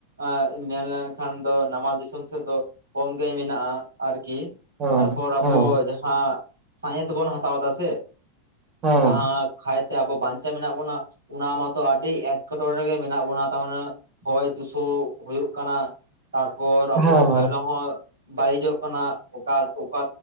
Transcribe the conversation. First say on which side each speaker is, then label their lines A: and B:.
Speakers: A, on the right; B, on the right.
A: ᱮ ᱢᱮᱱᱞᱮᱱ ᱠᱷᱟᱱ ᱫᱚ ᱱᱟᱢᱟᱞ ᱫᱤᱥᱚᱢ ᱥᱮᱫ ᱫᱚ ᱠᱚᱢ ᱜᱮ ᱢᱮᱱᱟᱜᱼᱟ ᱟᱨ ᱠᱤ
B: ᱦᱮᱸ
A: ᱛᱟᱨᱯᱚᱨ ᱟᱵᱚ
B: ᱦᱮᱸ
A: ᱡᱟᱦᱟᱸ ᱥᱟᱦᱮᱸᱫ ᱵᱚᱱ ᱦᱟᱛᱟᱣ ᱮᱫᱟ ᱥᱮ
B: ᱦᱮᱸ
A: ᱡᱟᱦᱟᱸ ᱠᱷᱟᱭ ᱛᱮ ᱟᱵᱚ ᱵᱟᱧᱪᱟᱣ ᱢᱮᱱᱟᱜ ᱵᱚᱱᱟ ᱚᱱᱟ ᱢᱟᱛᱚ ᱟᱹᱰᱤ ᱮᱴᱠᱮᱴᱚᱲᱮᱸ ᱨᱮᱜᱮ ᱢᱮᱱᱟᱜ ᱵᱚᱱᱟ ᱛᱟᱨᱢᱟᱱᱮ ᱦᱚᱭ ᱫᱩᱥᱩ ᱦᱩᱭᱩᱜ ᱠᱟᱱᱟ ᱛᱟᱨᱯᱚᱨ ᱟᱵᱚ
B: ᱦᱮᱸ
A: ᱦᱚᱭᱞᱚᱝ ᱦᱚᱸ ᱵᱟᱹᱲᱤᱡᱚᱜ ᱠᱟᱱᱟ ᱚᱠᱟ ᱚᱠᱟ